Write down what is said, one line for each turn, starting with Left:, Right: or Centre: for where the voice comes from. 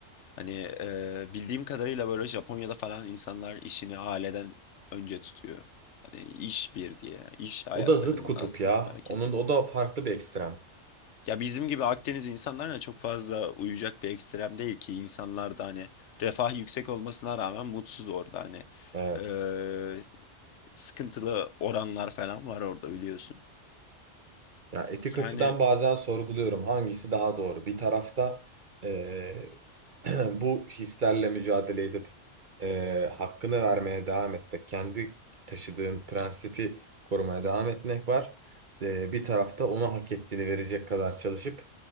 Left: Hani e, bildiğim kadarıyla böyle Japonya'da falan insanlar işini aileden önce tutuyor. Hani iş bir diye. iş hayatlarının
Right: O da zıt kutup
Left: asıl
Right: ya.
Left: merkezi.
Right: Onun o da farklı bir ekstrem.
Left: Ya bizim gibi Akdeniz insanlarına çok fazla uyacak bir ekstrem değil ki insanlar da hani refah yüksek olmasına rağmen mutsuz orada hani
Right: Evet.
Left: Eee, sıkıntılı oranlar falan var orada biliyorsun.
Right: Ya etik açıdan
Left: Yani
Right: bazen sorguluyorum hangisi daha doğru. Bir tarafta eee, <clears throat> bu hislerle mücadele edip eee, hakkını vermeye devam etmek, kendi taşıdığın prensipi korumaya devam etmek var. Eee, bir tarafta ona hak ettiğini verecek kadar çalışıp